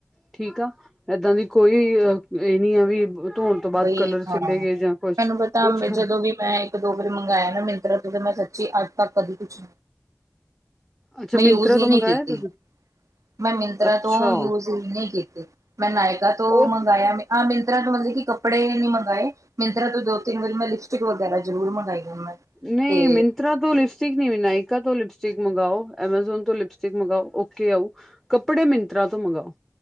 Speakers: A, in the centre; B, on the right.
A: ਠੀਕ ਆ, ਏਦਾਂ ਦੀ। ਕੋਈ ਅ ਇਹ ਨੀ ਆ ਵੀ ਧੋਣ ਤੋਂ ਬਾਅਦ
B: ਬਈ
A: ਕਲਰ
B: ਹਾਂ
A: ਚਲੇ ਗਏ ਜਾਂ ਕੁਛ
B: ਮੈਨੂੰ ਪਤਾ
A: ਕੁਛ ਖਰਾ
B: ਜਦੋਂ ਵੀ ਮੈਂ ਇੱਕ ਦੋ ਵਾਰ ਮੰਗਆ ਮਿਨਤਰਾ ਮੈਂ ਸੱਚੀ ਅੱ ਮਿਨਤਰਾ ਤ ਕਦੀ ਕੁਛ
A: ਅੱਛਾ
B: ਮੈਂ ਯੂਜ
A: ਮਿੰਤਰਾ
B: ਹੀ
A: ਤੋਂ ਮੰਗਾਇਆ
B: ਨਹੀਂ ਕੀਤੀ।
A: ਤੁਸੀਂ
B: ਮੈਂ ਮਿੰਤਰਾ
A: ਅੱਛਾ
B: ਤੋਂ ਯੂਜ ਹੀ ਨਹੀਂ ਕੀਤੀ। ਮੈਂ ਨਾਇਕਾ ਤੋਂ
A: ਉਹ
B: ਮੰਗਵਾਆ ਆਹ ਮਿੰਤਰਾ ਤੋਂ ਠਿਕ ਆ ਕੱਪੜੇ ਨੀ ਮੰਗਾਏ ਮਿੰਤਰਾ ਤੋਂ ਦੋ ਤਿੰਨ ਵਾਰ ਮੈਂ ਲਿਪਸਟਿਕ ਵਗੈਰਾ ਜ਼ਰੂਰ ਮੰਗਾਈ। ਆ ਮੈਂ
A: ਨਹੀਂ
B: ਤੇ
A: ਮਿੰਤਰਾ ਤੋਂ ਲਿਪਸਟਿਕ <unintelligible> ਤੋਂ ਲਿਪਸਟਿਕ ਮੰਗਵਾਓ ਐਮਾਜ਼ੋਨ ਤੋਂ ਲਿਪਸਟਿਕ ਮੰਗਵਾਓ ਓਕੇ ਆਓ ਕੱਪੜੇ ਮਿੰਤਰਾ ਤੋਂ ਮੰਗਾਓ।